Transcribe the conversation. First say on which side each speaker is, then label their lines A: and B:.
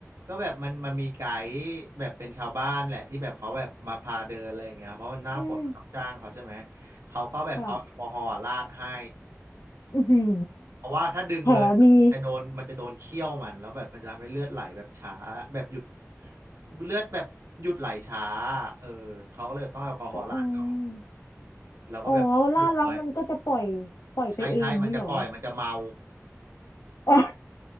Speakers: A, on the right (about 80°); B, on the left (about 85°).
A: ก็แบบมันมันมีไกด์แบบเป็นชาวบ้านแหละที่แบบเขาแบบมาพาเดินอะไรอย่างเงี้ยเพราะมันหน้าฝนมันต้องจ้างเขาใช่ไหม
B: อืม
A: เขาก็แบบเอาแอลกอฮอล์ราดให้
B: ค่ะอือหือ
A: เพราะว่าถ้าดึงเลยจะโดนมันจะโดนเขี้ยวมันแล้วแบบมันจะทำให้เลือดไหลแบบช้าแบบหยุด
B: แผลมี
A: เลือดแบบหยุดไหลช้าเออเขาก็เลยแบบต้องเอาแอลกอฮอล์ราดก่อน
B: อ๋อ
A: แล้วก็แบบ
B: อ๋อลาดแล้วมันก็จะปล่อย
A: <laughs> ปิดไว้
B: ปล่อยไปเองนี้เหรอ
A: ใช่ใช่มันจะปล่อยมันจะเมา
B: อ๋อ <laughs>